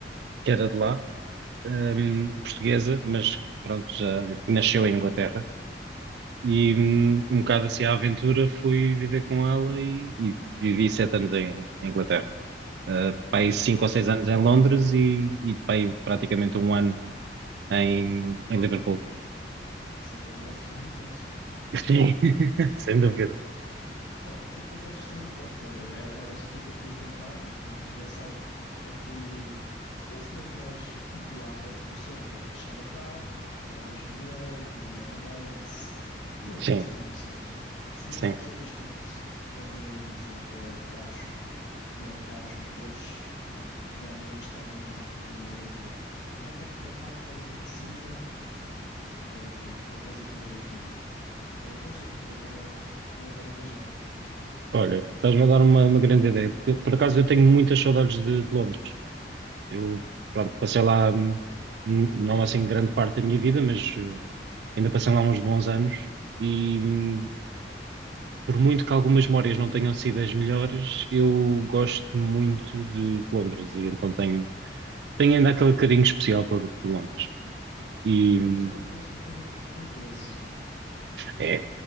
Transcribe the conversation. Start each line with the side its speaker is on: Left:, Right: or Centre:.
Right: que era de lá, hum, portuguesa, mas pronto, já que nasceu em Inglaterra. E hum, um bocado assim à aventura fui viver com ela e, e vivi sete anos em, em Inglaterra. Uh, pai cinco
Left: E eu,
Right: ou seis
Left: sim,
Right: anos em Londres e, e pai praticamente um ano em, em Liverpool.
Left: isso aqui é mudanças radicais.
Right: Sim, <laughs> sem dúvida.
Left: Pá, eu por acaso gostei bastante. Ora, era, era o sítio que eu te ia contar, mas pô, já sabes. Pá, fui, fui a cenas mais populares, deves conhecer a Chinatown, a loja de Lego, M&M's, por aí,
Right: Sim,
Left: essas diversões. Fui
Right: sim.
Left: a um museu bastante. Adorei o museu que é de carros. tinha carros, motores, tinha aviões também, adorei aquilo. Tinha também uma parte mais de medicina, mas era por aí. Por acaso adorei aquilo. Era um bom sítio para voltar a, para voltar a viajar.
Right: Olha, estás-me a dar uma, uma grande ideia, porque por acaso eu tenho muitas saudades de, de Londres. Eu, pronto, passei lá, hum, não assim grande parte da minha vida, mas eh, ainda passei lá uns bons anos e hum, por muito que algumas memórias não tenham sido as melhores, eu gosto muito de, de Londres e então tenho, tenho ainda aquele carinho especial por, por Londres. E,
Left: Pode
Right: hum,
Left: ser um país um bocadinho perigoso, não é?
Right: É,